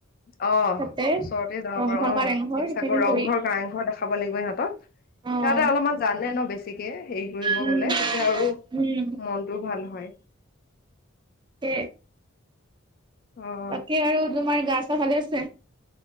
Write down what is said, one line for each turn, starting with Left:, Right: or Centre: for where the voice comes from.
Left: অ',
Right: তাতে
Left: ওচৰতে যাব
Right: ৰংঘৰ
Left: পাৰো অ
Right: কাৰেংঘৰ
Left: শিৱসাগৰ
Right: সেইখিনি
Left: ৰংঘৰ
Right: ফুৰি
Left: কংঘৰ দেখা খাব লাগিব সিহতক সিহঁতে
Right: অ'।
Left: অলপমান জানে ন বেছি গতিকে হেৰি কৰিব
Right: উম,
Left: গ'লে তেতিয়া আৰু
Right: উম,
Left: মনটোও ভাল হয়
Right: উ
Left: অ'।
Right: বাকী আৰু তোমাৰ গা চা ভালে আছে।